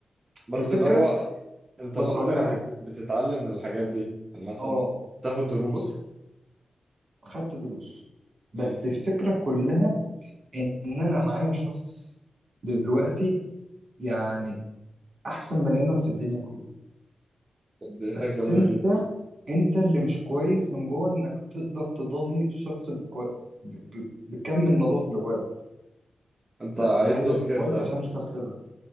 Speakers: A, on the right (about 20°); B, on the right (about 45°).
A: بس
B: الفكره
A: اللي هو انت
B: بص
A: برضو
B: هقول لك
A: يعني
B: على حاجه
A: بت- بتتعلم من الحاجات دي يعني مثلا
B: اه
A: تاخد دروس
B: بص خدت دروس بس
A: مم.
B: الفكره كلها ان انا معايا شخص دلوقتي يعني احسن بني ادم في الدنيا كلها
A: طب دي حاجة
B: بس
A: جميلة
B: انت
A: جدا
B: انت اللي مش كويس من جوه انك تقدر تضاهي الشخص بالكو... ب... ب... بكم النظافه اللي جواك
A: انت
B: بس
A: عايز
B: انا عايز
A: له
B: ابقى
A: الخير
B: كويس
A: دايما
B: عشان الشخص ده